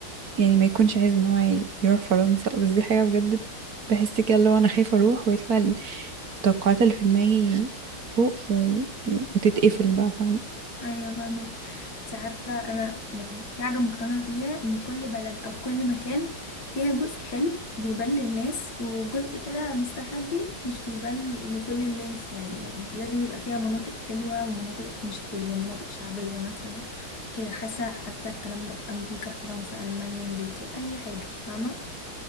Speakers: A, on the right; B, on the left.
A: يعني ما يكونش عايز ان هو ي- يروح فرنسا بس دي حاجة بجد بحس كده اللي هو انا خايفة اروح ويطلع ال- التوقعات اللي في دماغي فوق و... وتتقفل بقى فاهمة
B: ايوه فاهمك انت عارفه انا يعني في حاجه مقتنعه بيها ان كل بلد او كل مكان فيها جزء حلو بيبان للناس وجزء كده مستخبي مش بيبان لكل الناس يعني يعني لازم يبقى فيها مناطق حلوه ومناطق مش حلوه مناطق شعبيه مثلا كده حاسه حتى الكلام ده في امريكا في فرنسا المانيا انجلترا اي حاجه فاهمه